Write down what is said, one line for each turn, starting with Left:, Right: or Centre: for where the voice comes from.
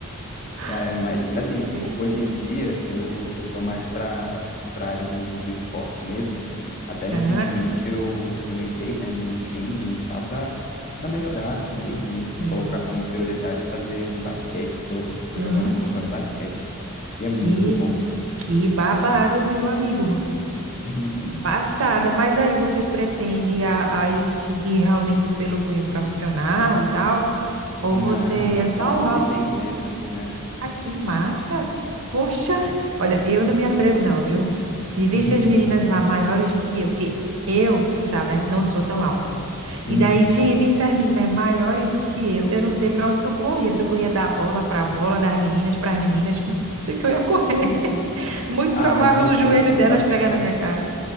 Left: É,
Right: <laughs>
Left: mas,
Right: Nem
Left: assim,
Right: sei.
Left: ho- hoje em dia eu, eu tô mais para para área do, do esporte mesmo. Até recentemente
Right: Ah,
Left: eu, eu entrei, né, num time e tal, para para melhorar também, né, e
Right: sério.
Left: colocar como prioridade fazer um basquete. Eu tô, tô
Right: Aham.
Left: jogando agora basquete. E é
Right: Que,
Left: muito bom.
Right: que babado, viu, amigo?
Left: <laughs>
Right: Passada, mas aí você pretende a- a ir seguir realmente pelo cunho profissional e tal? Ou
Left: Não,
Right: você
Left: é
Right: é
Left: só
Right: só
Left: um hobbyzinho
Right: um hobby?
Left: mesmo, né?
Right: Ah, que massa! Poxa, olha, eu não me atrevo não, viu? Se visse
Left: <laughs>
Right: as meninas lá maiores do que eu, porque eu, você sabe, né? Não sou tão alta.
Left: Uhum.
Right: E daí, se visse as meninas maiores do que eu, eu não sei para onde que eu corria. Se eu corria da bola para a bola, das meninas para as meninas, não sei <laughs> para onde que eu ia correr.
Left: <laughs>
Right: <laughs> Muito provável
Left: Ah, mas o bom
Right: o joelho
Left: do
Right: delas
Left: basquete
Right: pegar na minha cara.